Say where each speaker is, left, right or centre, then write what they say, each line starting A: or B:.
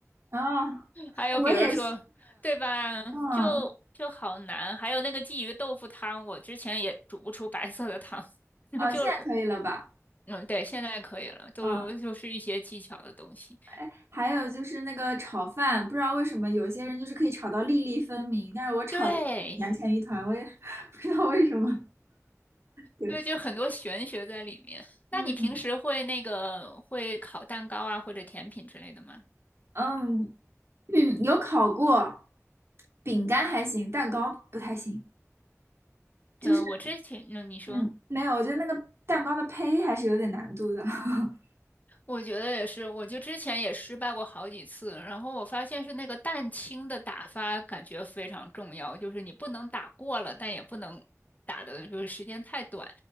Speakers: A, on the right; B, on the left.
A: 啊，
B: 还有比如说，
A: 哎我也是，
B: 对吧？
A: 嗯，
B: 就就好难。还有那个鲫鱼豆腐汤，我之前也煮不出白色的汤，
A: 哦，
B: <laughs> 就
A: 现在可以了吧？
B: 嗯，对，现在可以了，都就是一些技巧的东西。
A: 嗯，哎，还有就是那个炒饭，不知道为什么有些人就是可以炒到粒粒分明，但是我炒的粘成一团，
B: 对，
A: 我也 <laughs> 不知道为什么。对，
B: 对，就很多玄学在里面。那你平时会那个会烤蛋糕啊，
A: 嗯
B: 或者甜品之类的吗？
A: 嗯嗯，有烤过，饼干还行，蛋糕不太行，就是
B: 呃，我之前，嗯，你说。
A: 嗯，没有，我觉得那个蛋糕的胚还是有点难度的。<laughs>
B: 我觉得也是，我就之前也失败过好几次，然后我发现是那个蛋清的打发感觉非常重要，就是你不能打过了，但也不能打的就是时间太短，